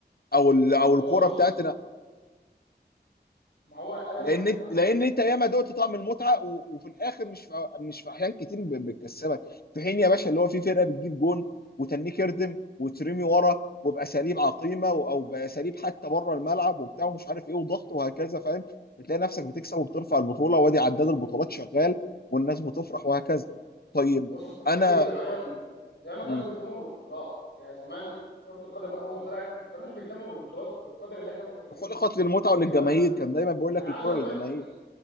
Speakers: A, on the left; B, on the left.
A: او ال... او الكوره
B: هو بص
A: بتاعت
B: ما هو انا مختلف
A: لان انت
B: مع ده
A: لان انت ياما دقت طعم المتعه و... وفي الاخر مش في... مش في احيان كتير ب... بتكسبك في حين يا باشا اللي هو في فرقه بتجيب جون وتنيك يردم وترمي ورا وباساليب عقيمه و... او باساليب حتى بره الملعب وبتاع ومش عارف ايه وضغط وهكذا فاهم بتلاقي نفسك بتكسب وبترفع البطوله وادي عداد البطولات شغال والناس بتفرح وهكذا طيب
B: بص يا صديقي
A: انا
B: زمان زمان ما
A: م-
B: كانوش بيهتموا بالبطولات يعني زمان كرة القدم اول ما طلعت ما كانوش بيهتموا بالبطولات بالقدر اللي احنا مهتمين
A: خلقت للمتعه
B: بيه
A: وللجماهير
B: دلوقتي
A: كان دايما بيقول لك
B: انا عاوز
A: الكره
B: اقول
A: للجماهير
B: لك ان